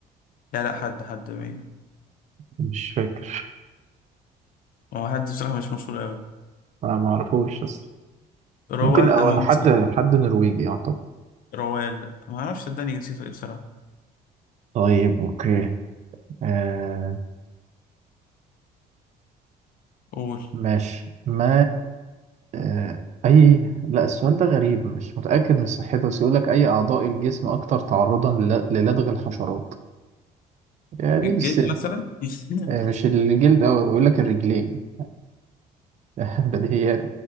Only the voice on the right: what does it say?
مش فاكر
أنا ما اعرفوش بس
ممكن أو
أنا حد حد نرويجي أعتقد
طيب أوكي آه
ماشي ما آه أي لا السؤال ده غريب مش متأكد من صحته بس يقول لك أي أعضاء الجسم أكثر تعرضا لل- للدغ الحشرات يعني دي
مش
آه مش الجلد أوي بيقول لك الرجلين <laughs> بديهيات